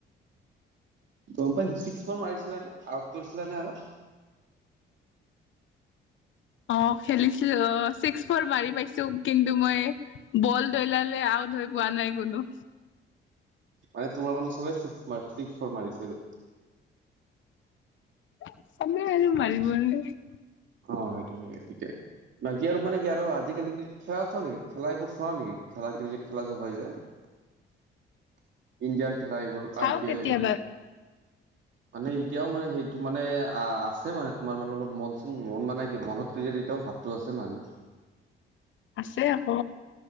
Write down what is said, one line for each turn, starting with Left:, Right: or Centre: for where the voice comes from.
Right: গম পাইছিল, ছিক্স ফৰ মাৰিছিল নে, আউট কৰিছিল নে আৰু।
Left: অ, খেলিছিলো অ, ছিক্স, ফৰ, মাৰি পাইছো, কিন্তু মই বল দৈলালে, আউট হৈ পোৱা নাই কোনো।
Right: মানে তোমাৰ বলত ছিক্স-ছিক্স, ফৰ মাৰিছিল।
Left: <inaudible>
Right: অ, সেইটো হয়ে, তেতিয়া। বাকী আৰু মানে কি আৰু, আজিকালি ক্ৰিকেট খেলা, চলে চোৱা নেকি, খেলা এইবোৰ চোৱা নেকি খেলা, ক্ৰিকেট খেলা যে হয় যে। ইণ্ডিয়াৰ খেলা, এইবোৰ
Left: চাও
Right: আই, পি,
Left: কেতিয়াবা
Right: এল, এইবোৰ। মানে এতিয়াও মানে, সেইটো মানে অ, আছে মানে তোমাৰ মানে অলপ মন মন, মানে কি, মনত ক্ৰিকেট এতিয়াও ভাবটো আছে মানে।
Left: আছে আকৌ।